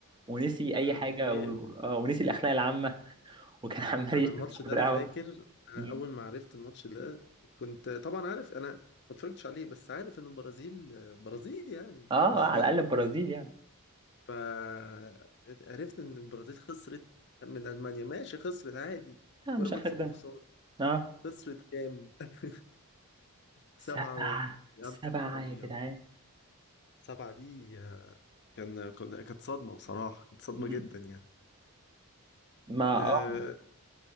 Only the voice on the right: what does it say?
ونسي أي
حاجة
و... آه، ونسي الأخلاق العامة وكان <laughs> عمال
يشمس
في
القهوه
مم.
اه
على الاقل البرازيل يعني
لا مش
اخر الدنيا
اه
سبعه
سبعه
يا جدعان
م-
ما
اه